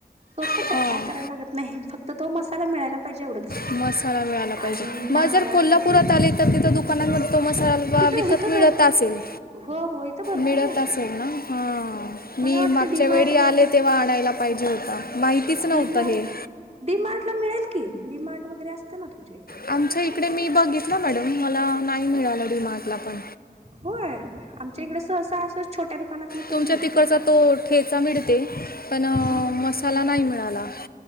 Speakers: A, on the right; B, on the left.
A: सोपच
B: हां
A: आहे काय करायला लागत नाही फक्त तो मसाला मिळायला पाहिजे एवढंच
B: मसाला मिळायला पाहिजे
A: आणि नारळाचं
B: मग जर कोल्हापुरात
A: दूध
B: आले तर तिथं दुकानांमध्ये तो मसाला
A: तिथं
B: विकत
A: इथं
B: मिळत
A: भरपूर
B: असेल
A: हो हो भरपूर
B: मिळत
A: मिळतो
B: असेल ना हा
A: मला
B: मी
A: वाटतं
B: मागच्या
A: डी मार्ट
B: वेळी
A: मध्ये
B: आले तेव्हा आणायला पाहिजे होता माहितीच नव्हतं
A: डी मार्ट
B: हे
A: डी मार्ट ला मिळेल की डी मार्ट वगैरे असते ना तुमच्या इ
B: आमच्या इकडे मी बघित ना मॅडम मला नाही मिळालं रिमार्कला पण
A: होय आमच्या इकडे सहसा असं छोट्या दुकानात पण
B: तुमच्या
A: मिळतो
B: तिकडचा
A: का
B: तो ठेचा मिळते पण
A: हा हा
B: मसाला नाही मिळाला